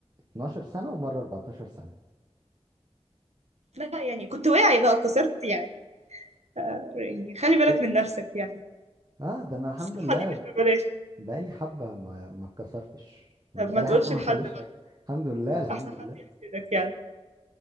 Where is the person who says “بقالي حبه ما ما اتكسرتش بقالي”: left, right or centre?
Right